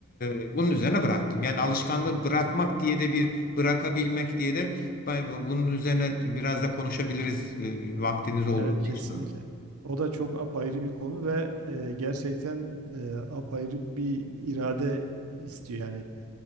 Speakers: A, on the left (about 40°); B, on the right (about 85°).
A: e, bunun üzerine bıraktım. Yani alışkanlığı bırakmak diye de bir bırakabilmek diye de bay- bunun üzerine biraz da konuşabiliriz e, vaktiniz olduğu
B: evet kesinlikle.
A: için.
B: O da çok apayrı bir konu ve e, gerçekten e, apayrı bir irade istiyor yani